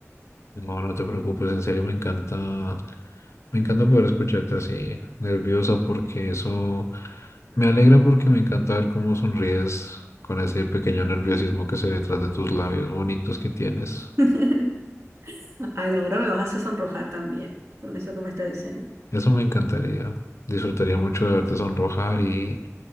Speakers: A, on the left (about 60°); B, on the right (about 55°).
A: No, no te preocupes, en serio me encanta, me encanta poder escucharte así, nerviosa, porque eso me alegra porque me encanta ver cómo sonríes con ese pequeño nerviosismo que se ve detrás de tus labios bonitos que tienes.
B: <laughs> Ay, no, ahora me vas a hacer sonrojar también con eso que me está diciendo.
A: Eso me encantaría. Disfrutaría mucho de verte sonrojar y